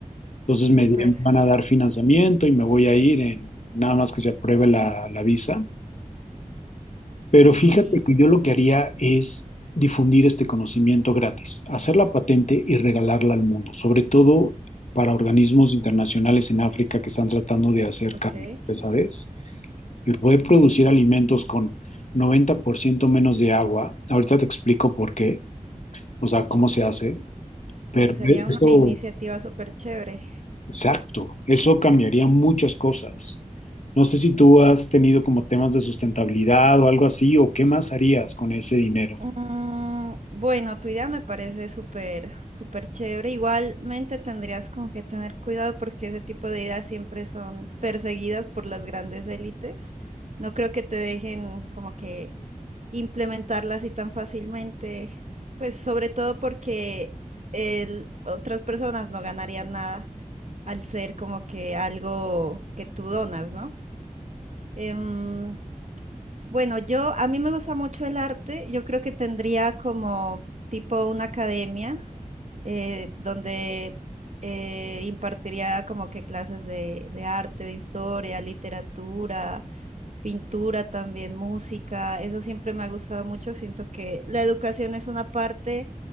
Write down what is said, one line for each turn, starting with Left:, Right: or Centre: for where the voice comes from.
Left: Entonces
Right: súper.
Left: me di- van a dar financiamiento y me voy a ir en nada más que se apruebe la, la visa. Pero fíjate
Right: Sí,
Left: que yo lo que haría es difundir este conocimiento gratis, hacer la patente y regalarla al mundo, sobre todo para organismos internacionales en África que están tratando de hacer
Right: ok.
Left: cambios, ¿sabes? El poder producir alimentos con 90% menos de agua, ahorita te explico por qué, o sea, cómo se hace, pero
Right: Wow, sería
Left: e-,
Right: una
Left: eso,
Right: iniciativa súper chévere.
Left: exacto, eso cambiaría muchas cosas. No sé si tú has tenido como temas de sustentabilidad o algo así, o qué más harías con ese dinero.
Right: Mm, bueno, tu idea me parece súper, súper chévere. Igualmente tendrías como que tener cuidado porque ese tipo de ideas siempre son perseguidas por las grandes élites. No creo que te dejen como que implementarlas así tan fácilmente. Pues sobre todo porque el- otras personas no ganarían nada. al ser como que algo que tú donas, ¿no? Em, bueno, yo, a mí me gusta mucho el arte, yo creo que tendría como tipo una academia eh, donde eh, impartiría como que clases de, de arte, de historia, literatura, pintura también, música, eso siempre me ha gustado mucho, siento que la educación es una parte